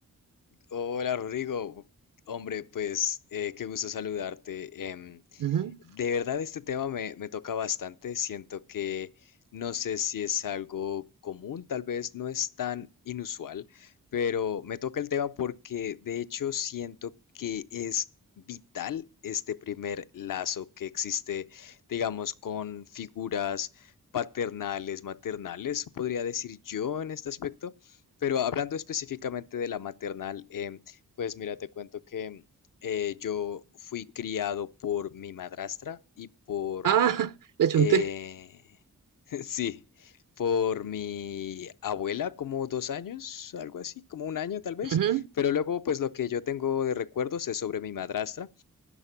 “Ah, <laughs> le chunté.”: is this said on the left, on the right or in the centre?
Right